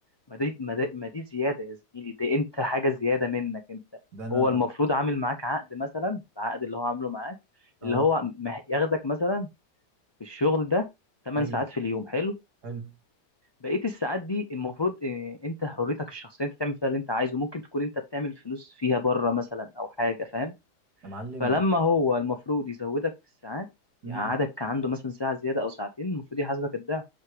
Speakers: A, on the left; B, on the right.
A: ما دي ما دي, ما دي زيادة يا زميلي دي انت حاجة زيادة منك انت
B: ده انا
A: هو المفروض عامل معاك عقد مثلا العقد اللي هو عامله معاك
B: اه
A: اللي هو مه- ياخدك مثلا في الشغل ده 8
B: ايوه
A: ساعات في اليوم حلو
B: حلو
A: بقية الساعات دي المفروض اه، انت حريتك الشخصية انت تعمل فيها اللي انت عايزه ممكن تكون انت بتعمل فلوس فيها بره مثلا او حاجة فاهم
B: يا معلم
A: فلما
B: ده
A: هو المفروض يزودك في الساعات
B: امم
A: يقعدك عنده مثلا ساعة زيادة او ساعتين المفروض يحاسبك الضعف